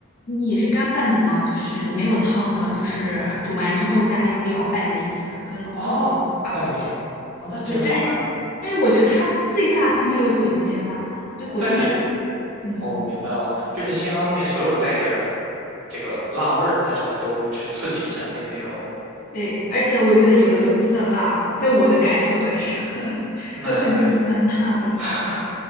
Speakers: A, on the left; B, on the right.
A: 你也是干拌的吗？就是没有汤的，就是煮完之后加那个料拌在一起的，跟跟火鸡差不多。
B: 哦，拌面，哦那真好哎，
A: 对，但是但是我觉得它最辣都没有火鸡面辣，就火鸡面，
B: 但是。
A: 嗯，
B: 哦，我明白了，就是辛拉面所有都带一点儿这个辣味儿，但是它都只是刺激一下，并没有。
A: 对，而且我觉得有的就不算辣了，在我的感受来说，<laughs>
B: 那可以，
A: 还管这个不算辣的。
B: <laughs>